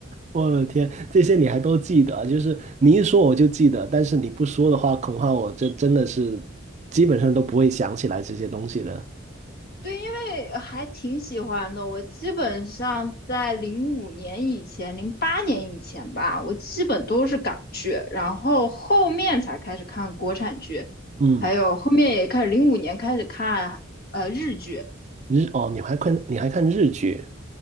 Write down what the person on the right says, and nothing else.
我的天，这些你还都记得，就是你一说我就记得，但是你不说的话，恐怕我这真的是基本上都不会想起来这些东西的。
嗯，
日哦，你还看你还看日剧？